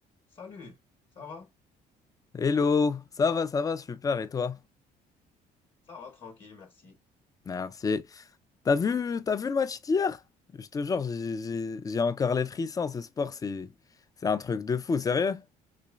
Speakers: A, on the left; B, on the left.
A: Salut, ça va?
B: Hello, ça va, ça va, super, et toi?
A: Ça va, tranquille, merci.
B: Merci. T'as vu, t'as vu le match d'hier? Je te jure, j'ai j'ai- j'ai encore les frissons, ce sport, c'est c'est un truc de fou, sérieux?